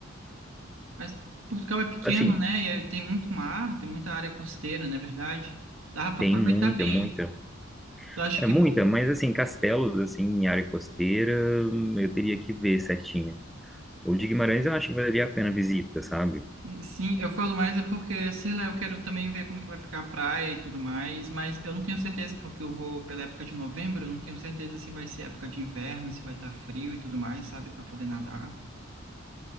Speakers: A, on the right; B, in the centre.
A: mas Portugal é pequeno,
B: Assim,
A: né? E aí tem muito mar, tem muita área costeira, não é verdade? Dá pra
B: tem
A: aproveitar
B: muita,
A: bem.
B: muita.
A: Tu acha
B: É
A: que
B: muita,
A: por...
B: mas assim, castelos, assim, em área costeira, hum, eu teria que ver certinho. O de Guimarães eu acho que valeria a pena a visita, sabe?
A: Sim, eu falo mais é porque, sei lá, eu quero também ver como que vai ficar a praia e tudo mais, mas eu não tenho certeza porque eu vou pela época de novembro, eu não tenho certeza se vai ser época de inverno, se vai estar frio e tudo mais, sabe, Pra poder nadar. O